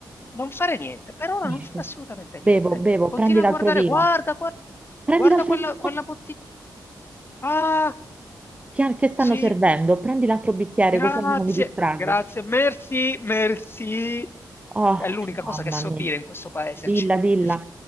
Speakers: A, on the left; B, on the right.
A: non fare niente, per ora
B: Niente.
A: non fare assolutamente
B: Bevo,
A: niente.
B: bevo,
A: Continua
B: prendi l'altro
A: a guardare,
B: vino.
A: guarda, guarda,
B: Prendi
A: guarda
B: l'altro
A: quella,
B: vino
A: quella bottiglia. Ah,
B: che, che stanno
A: sì,
B: servendo. Prendi l'altro bicchiere,
A: grazie,
B: così almeno mi distraggo.
A: grazie, merci, merci.
B: Oh,
A: È l'unica
B: mamma
A: cosa che so
B: mia.
A: dire in questo paese,
B: Dilla,
A: accidenti.
B: dilla.